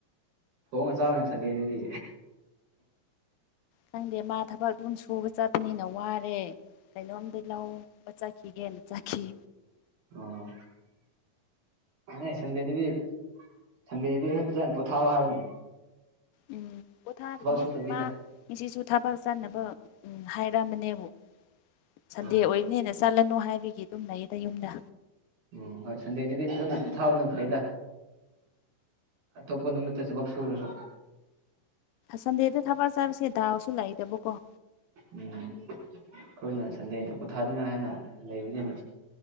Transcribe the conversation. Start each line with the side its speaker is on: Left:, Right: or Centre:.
Right: ꯊꯣꯡꯉꯒ ꯆꯥꯎꯔꯅꯦ ꯁꯟꯗꯦꯗꯨꯗꯤ
Left: ꯈꯪꯗꯦ ꯃꯥ ꯊꯕꯛꯇꯣ ꯑꯗꯨꯝ ꯁꯨꯕ ꯆꯠꯄꯅꯤꯅ ꯋꯥꯔꯦ ꯀꯩꯅꯣꯝꯗ ꯂꯧꯕ ꯆꯠ ꯍꯤꯒꯅ ꯆꯈꯈꯤ
Right: ꯑꯣ ꯍ ꯁꯟꯗꯦꯗꯨꯗꯤ ꯁꯟꯗꯦꯗꯨꯗꯤ ꯐꯖꯅ ꯄꯣꯊꯥꯑꯣ ꯍꯥꯏꯕꯅꯤ
Left: ꯎꯝ ꯄꯣꯊꯥꯕꯒꯤꯅꯦ
Right: ꯊꯕꯛ ꯁꯨꯗꯕꯤꯗ
Left: ꯃꯥ ꯉꯁꯤꯁꯨ ꯊꯕꯥꯛ ꯆꯥꯅꯕ ꯎꯝ ꯍꯥꯏꯔꯛꯑꯝꯕꯅꯦꯕꯨ ꯁꯟꯗꯦ
Right: ꯎꯝ
Left: ꯑꯣꯏꯕꯅꯦꯅ ꯆꯠꯂꯅꯨ ꯍꯥꯏꯕꯒꯤ ꯑꯗꯨꯝ ꯂꯩꯌꯦꯗ ꯌꯨꯝꯗ
Right: ꯎꯝ ꯍꯣꯏ ꯁꯟꯗꯦꯁꯤꯗꯤ ꯐꯖꯅ ꯄꯣꯊꯥꯕꯅ ꯐꯩꯗ ꯑꯇꯣꯞꯄ ꯅꯨꯃꯤꯠ ꯁꯨꯕꯛ ꯁꯨꯔꯁꯨ
Left: ꯁꯟꯗꯦꯗ ꯊꯕꯜ ꯆꯥꯕꯁꯦ ꯗꯥꯎꯁꯨ ꯂꯥꯛꯏꯇꯕꯀꯣ
Right: ꯎꯝ ꯑꯩꯈꯣꯏꯅ ꯁꯟꯗꯦ ꯑꯝꯇ ꯄꯣꯊꯥꯅꯤꯡꯉꯥꯏ ꯍꯥꯏꯅ ꯂꯩꯕꯅꯤꯅ